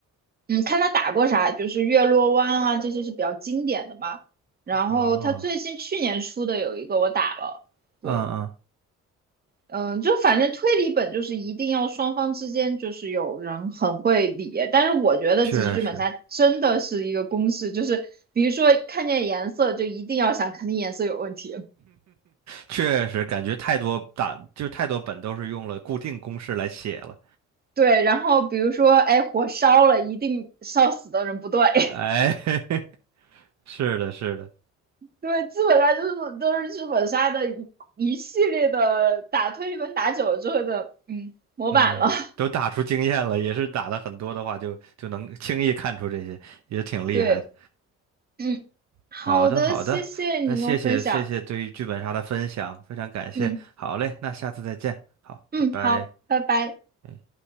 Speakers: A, on the right (about 30°); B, on the right (about 65°).
A: 嗯，看她打过啥，就是月落湾啊，这些是比较经典的嘛。然后她最新去年出的有一个我打了，
B: 哦，
A: 对。
B: 嗯嗯，
A: 嗯，就反正推理本就是一定要双方之间就是有人很会理，但是我觉得其实剧本杀真的是一个公式，
B: 确实
A: 就是比如说看见颜色就一定要想肯定颜色有问题，
B: 确实，感觉太多打就太多本都是用了固定公式来写了。
A: 对，然后比如说哎火烧了，一定烧死的人不对，<laughs>
B: 哎，<laughs> 是的，是的，
A: 对，基本上就是都是剧本杀的一一系列的打推理本打久了之后的嗯模板了，
B: 嗯，
A: <laughs>
B: 都打出经验了，也是打的很多的话就，就能轻易看出这些，也挺厉害的。
A: 对，嗯，好的，
B: 好的，好的，
A: 谢谢你跟我分享，
B: 那谢谢谢谢对于剧本杀的分享，非常感谢。
A: 嗯
B: 好嘞，那下次再见。好，
A: 嗯，
B: 拜拜。
A: 好，拜拜。
B: 哎